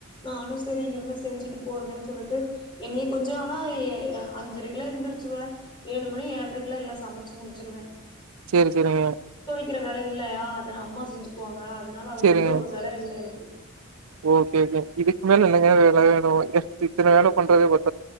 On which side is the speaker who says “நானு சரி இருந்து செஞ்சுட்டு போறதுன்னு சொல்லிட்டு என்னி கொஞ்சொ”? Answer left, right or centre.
Left